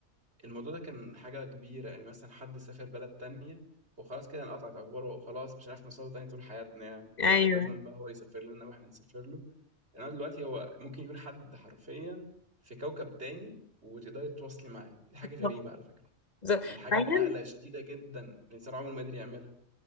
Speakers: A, on the right; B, on the left.
A: الموضوع ده كان حاجة كبيرة ان مثلا حد سافر بلد تانية وخلاص كده انقطعت اخباره وخلاص مش هنعرف نوصله تاني طول حياتنا يعني
B: ايوه
A: خلاص لازم بقى هو يسافر لنا واحنا نسافر له انما دلوقتي هو ممكن يكون حد حرفيا في كوكب تاني وتقدري تتواصلي معاه دي حاجة
B: بالظبط.
A: غريبة على فكرة
B: بالظبط.
A: يعني حاجة
B: بعيدا
A: نقلة شديدة جدا الانسان عمره ما قدر يعملها